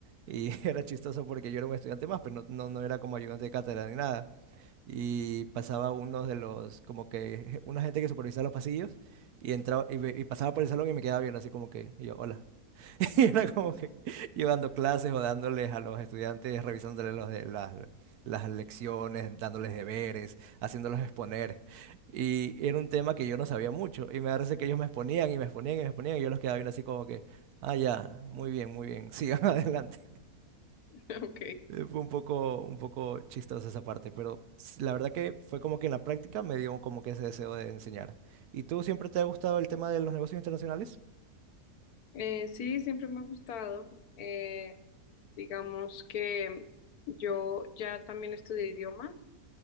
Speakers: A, on the right; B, on the left.
A: Y <laughs> era chistoso porque yo era un estudiante más, pero no, no, no era como ayudante de cátedra ni nada. Y pasaba uno de los, como que je- una gente que supervisaba los pasillos y entraba y, ve- y pasaba por el salón y me quedaba viendo así como que, y yo, hola. <laughs> Y era como que yo dando clases o dándoles a los estudiantes, revisándoles los de, las, las lecciones, dándoles deberes, haciéndolos exponer. Y era un tema que yo no sabía mucho. Y me parece que ellos me exponían y me exponían y me exponían. Y yo los quedaba viendo así como que, ah, ya, muy bien, muy bien, sigan <laughs> adelante.
B: <laughs> Ok.
A: Eh, Fue un poco, un poco chistosa esa parte, pero s- la verdad que fue como que en la práctica me dio como que ese deseo de enseñar. ¿Y tú siempre te ha gustado el tema de los negocios internacionales?
B: Eh, sí, siempre me ha gustado. Eh, digamos que yo ya también estudié idiomas,